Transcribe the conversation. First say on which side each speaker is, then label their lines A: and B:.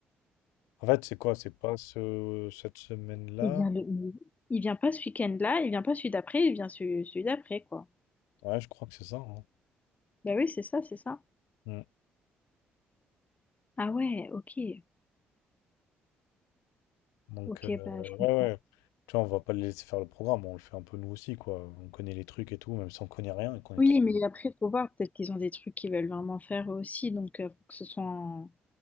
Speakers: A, on the left; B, on the left.
A: En fait, c'est quoi? C'est pas ce, cette semaine-là?
B: Il vient le... il vient pas ce week-end-là, il vient pas celui d'après, il vient celui, celui d'après, quoi.
A: Ouais, je crois que c'est ça. hein.
B: Bah oui, c'est ça, c'est ça.
A: Mm.
B: Ah ouais, ok.
A: Donc,
B: Ok,
A: euh,
B: bah je
A: ouais,
B: comprends.
A: ouais. Tu vois, on va pas les laisser faire le programme, on le fait un peu nous aussi, quoi. On connaît les trucs et tout, même si on connaît rien et qu'on est
B: Oui,
A: trop.
B: mais après, faut voir, peut-être qu'ils ont des trucs qu'ils veulent vraiment faire eux aussi, donc euh, faut que ce soit en-